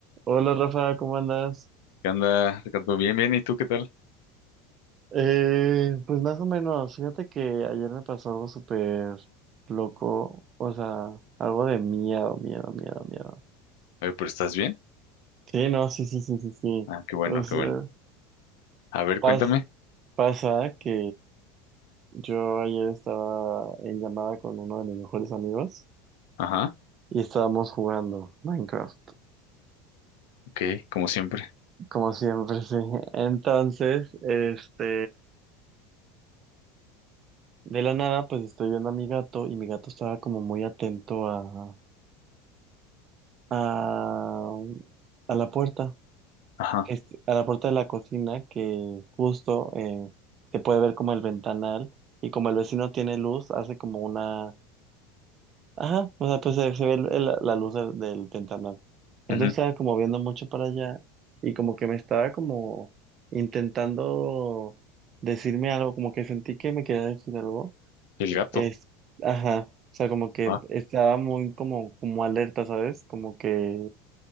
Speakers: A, on the right (about 40°); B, on the left (about 75°).
A: Hola Rafa, ¿cómo andas?
B: ¿Qué onda, Ricardo? Bien, bien, ¿y tú qué tal?
A: Eh, pues más o menos, fíjate que ayer me pasó algo súper loco, o sea, algo de miedo, miedo, miedo, miedo.
B: Oye, pero ¿estás bien?
A: Sí, no, sí, sí, sí, sí, sí.
B: Ah, qué bueno,
A: O sea,
B: qué bueno. A ver,
A: pas-
B: cuéntame.
A: pasa que yo ayer estaba en llamada con uno de mis mejores amigos
B: Ajá,
A: y estábamos jugando Minecraft,
B: ok, como siempre.
A: como siempre, sí. <laughs> Entonces, este, de la nada, pues estoy viendo a mi gato y mi gato estaba como muy atento a a, a la puerta,
B: Ajá,
A: que es- a la puerta de la cocina, que justo eh, se puede ver como el ventanal y como el vecino tiene luz, hace como una... Ajá, o sea, pues se, se ve el- el- la luz del, del ventanal. Entonces
B: ujú.
A: estaba como viendo mucho para allá y como que me estaba como intentando decirme algo, como que sentí que me quería decir algo.
B: El gato.
A: Es, ajá, o sea, como que
B: Ah,
A: estaba muy como, como alerta, ¿sabes? Como que